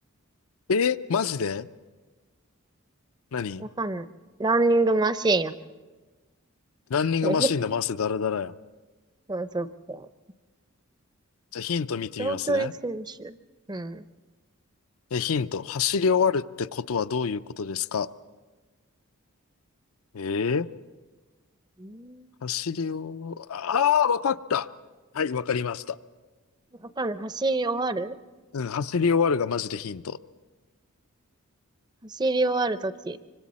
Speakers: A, on the left; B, on the right.
A: えーマジで何
B: わかんない。ランニングマシーンやっ
A: ランニングマシンで回せダラダラやん。
B: てる。<laughs> そうそっか。
A: じゃあヒント見てみますね。
B: 長距離選手。うん。
A: え、ヒント。走り終わるってことはどういうことですかえー、
B: うん
A: 走り終わ、ああ、わかった。はい、わかりました。
B: わかんない。走り終わる
A: うん、走り終わるがマジでヒント。
B: 走り終わるとき。